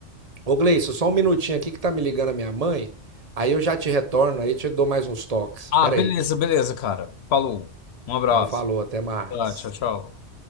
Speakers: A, on the right; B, on the left.
A: Ô Gleison, só um minutinho aqui que tá me ligando a minha mãe, aí eu já te retorno, aí eu te dou mais uns toques.
B: Ah,
A: Pera
B: beleza,
A: aí.
B: beleza, cara. Falou. Um abraço.
A: Então falou, até mais.
B: Tá, tchau, tchau.